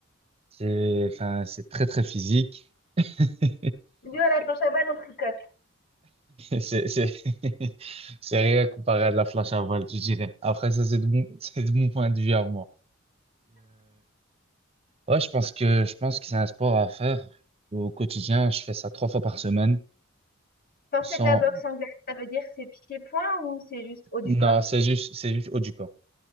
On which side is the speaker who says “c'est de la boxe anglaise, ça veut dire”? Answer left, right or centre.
Left